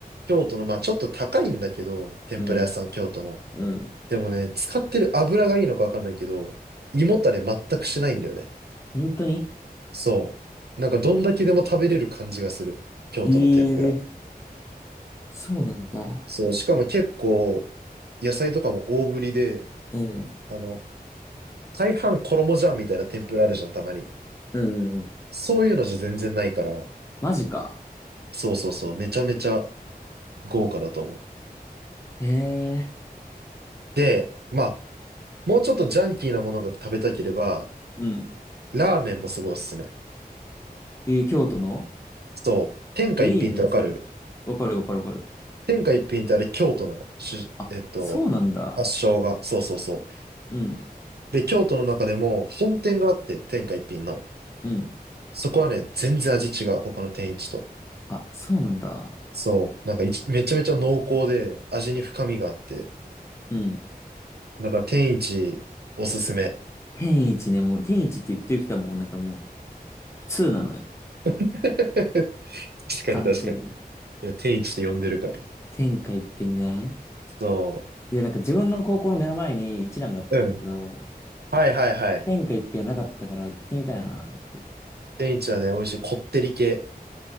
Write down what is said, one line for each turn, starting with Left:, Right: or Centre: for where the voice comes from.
Right: 京都の、まあちょっと高いんだけど、天ぷら屋さん、
Left: うん。
Right: 京都の。
Left: うん。
Right: でもね、使ってる油がいいのかわかんないけど、胃もたれ全くしないんだよね。
Left: 本当に
Right: そう。なんかどんだけでも食べれる感じがする。京都の天ぷら。
Left: ええそうなんだ。
Right: そう、しかも結構、野菜とかも大ぶりで、
Left: うん。
Right: あの、大半衣じゃんみたいな天ぷらあるじゃん、たまに。
Left: うんうんうん。
Right: そういうのじゃ全然ないから、
Left: マジか。
Right: そうそうそう、めちゃめちゃ豪華だと思う。
Left: へえ。
Right: で、まあ、もうちょっとジャンキーなものが食べたければ、
Left: うん。
Right: ラーメンもすごいおすすめ。
Left: えー、京都の
Right: そう、天下一品ってわかる
Left: いいね。その、わかるわかるわかる。
Right: 天下一品ってあれ京都なの。し、
Left: あ、
Right: えっと、
Left: そうなんだ。
Right: 発祥が。そうそうそう。
Left: うん、
Right: で、京都の中でも本店があって、天下一品の。
Left: うん。
Right: そこはね、全然味違う。他の天一と。
Left: あ、そうなんだ。
Right: そう、なんかいちめちゃめちゃ濃厚で、味に深みがあって、
Left: うん。
Right: なんか天一おすすめ。
Left: 天一ね、もう、天一って言ってる人はもうなんかもう、通なのよ。
Right: <laughs> 確かに確かに。
Left: 完全に。
Right: いや、天一って呼んでるからね。
Left: 天下一品ね。
Right: そ
Left: いや、なんか自分の高校の目の前に一蘭があったんだけど、
Right: う。うん。はいはいはい。
Left: 天下一品はなかったから行ってみたいなと思って。
Right: 天一はね、美味しい。こってり系。